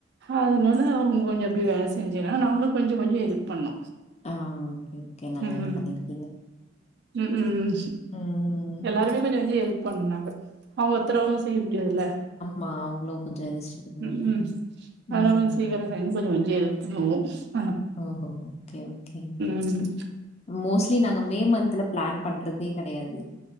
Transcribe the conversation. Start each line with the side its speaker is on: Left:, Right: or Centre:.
Right: அதுனால அவுங்க கொஞ்சொ எப்டி வேல செஞ்சுன்னா நாங்களு கொஞ்சொ கொஞ்சொ ஹெல்ப் பண்ணு
Left: ஆ ஓகே, ஓகே. நல்ல
Right: உம்
Left: வேலை பண்ணியிருக்கீங்க.
Right: உம் உம்
Left: ம்.
Right: எல்லாருமே கொஞ்சொ கொஞ்சொ ஹெல்ப் பண்ணாங்க அவங்க ஒத்தராவு செய்ய முடியாதுல்ல
Left: மா அவங்களு கொஞ்சோ ரெஸ்ட் எடுக்கணும்ல
Right: ம் அதனால
Left: ம்
Right: <unintelligible> கொஞ்ச கொஞ்சோ கெல்ப் பண்ணு
Left: ஓஹோ ஓகே ஓகேங்க
Right: ம்
Left: மோஸ்லி நாங்க மே மந்த்ல பிளான் பண்றதே கெடையாது